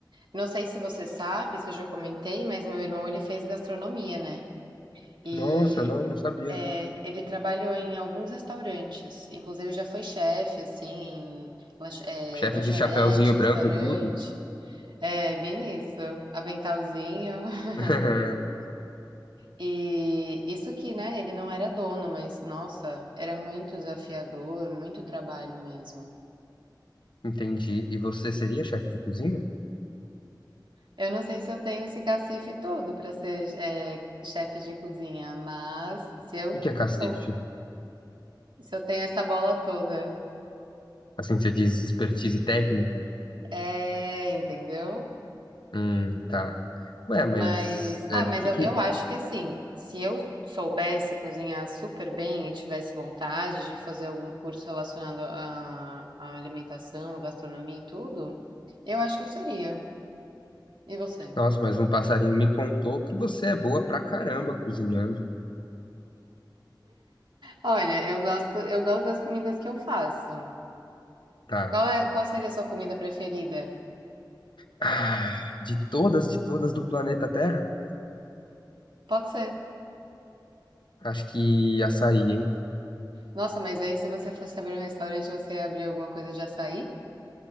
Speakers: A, on the right; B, on the left.
A: Não sei se você sabe, se eu já comentei, mas meu irmão ele fez gastronomia, né? E
B: Nossa, não, não sabia.
A: é, ele trabalhou em alguns restaurantes, inclusive já foi chefe, assim, em lanch- é,
B: Chefe
A: lanchonete,
B: de chapéuzinho
A: restaurante.
B: branco e tudo.
A: É bem isso, aventalzinho. <laughs>
B: <laughs>
A: E isso que, né, ele não era dono, mas nossa, era muito desafiador, muito trabalho mesmo.
B: Entendi. E você seria chefe de cozinha?
A: Eu não sei se eu tenho esse cacife todo para ser é, chefe de cozinha, mas se eu
B: O que é cacife?
A: sou, se eu tenho essa bola toda,
B: Assim, você diz expertise técnica?
A: é, entendeu?
B: Hum, tá. Ué, mas
A: Mas, ah,
B: é,
A: mas
B: que
A: eu,
B: que...
A: eu acho que assim, se eu soubesse cozinhar super bem e tivesse vontade de fazer algum curso relacionado à, à alimentação, gastronomia e tudo, eu acho que eu seria. E você?
B: Nossa, mas um passarinho me contou que você é boa pra caramba cozinhando.
A: Olha, eu gosto, eu gosto das comidas que eu faço.
B: Tá.
A: Qual é, qual seria a sua comida preferida?
B: Ah, de todas, de todas do planeta Terra?
A: Pode ser.
B: Acho que açaí, hein?
A: Nossa, mas aí se você fosse abrir um restaurante, você ia abrir alguma coisa de açaí?